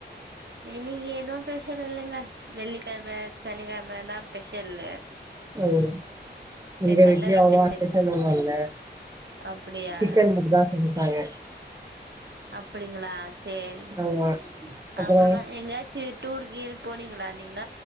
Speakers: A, on the right; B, on the right.
A: இன்னிக்கு எதும் ஸ்பெஷல் இல்லங்க வெள்ளிக்கெழம சனிக்கெழமமதா ஸ்பெஷலு
B: ம் எங்க
A: சண்டே
B: வீட்லயே
A: தா
B: அவ்ளவா
A: ஸ்பெஷல்
B: ஸ்பெசல் ஒன்னும் இல்ல
A: அப்டியா
B: சிக்கன் மட்டும்தா செஞ்சாங்க
A: அப்டிங்களா சேரி
B: ஆமா அப்றோ
A: அப்பறமா எங்காச்சி டூருகீறு போனீங் லா நீங்க